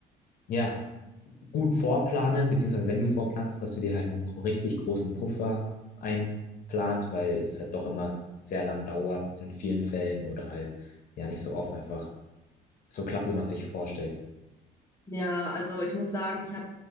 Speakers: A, on the left (about 60°); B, on the left (about 15°).
A: ja, gut vorplanen, beziehungsweise wenn du vorplanst, dass du dir halt einen gro- richtig großen Puffer einplanst, weil es halt doch immer sehr lang dauert in vielen Fällen oder halt ja nicht so oft einfach so klappt, wie man es sich vorstellt.
B: Ja, also ich muss sagen, ich habe